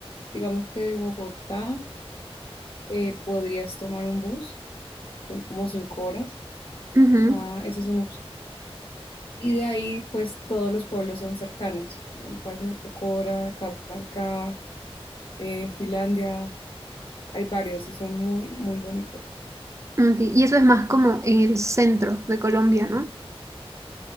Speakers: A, on the left; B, on the right.
A: digamos que de Bogotá, eh, podrías tomar un bus, son como cinco horas.
B: Ujú.
A: Ah, esa es una opción. Y de ahí, pues, todos los pueblos son cercanos, el Valle del Cocora, Calarcá, eh, Finlandia, Hay varios y son muy, muy bonitos.
B: Ok, Y eso es más como en el centro de Colombia, ¿no?